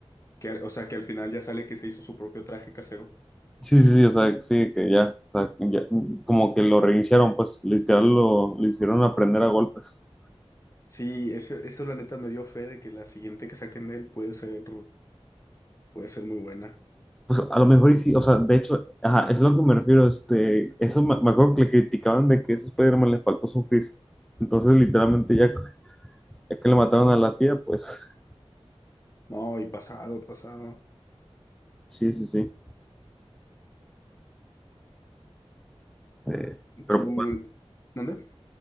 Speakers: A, on the left (about 30°); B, in the centre.
A: Que, o sea, que al final ya sale que se hizo su propio traje casero.
B: Sí, sí, sí, o sea, sí, que ya, o sea, ya, como que lo reiniciaron, pues literal lo, lo hicieron aprender a golpes.
A: Sí, ese, eso la neta me dio fe de que la siguiente que saquen de él puede ser, puede ser muy buena.
B: Pues a lo mejor y sí, o sea, de hecho, ajá, eso es a lo que me refiero, este, eso me, me acuerdo que le criticaban de que a ese Spider-Man le faltó sufrir. Entonces, literalmente, ya, ya que le mataron a la tía, pues,
A: No, y pasado, pasado.
B: sí, sí, sí. Este, pero
A: ¿Tú,
B: pues, bueno,
A: dónde?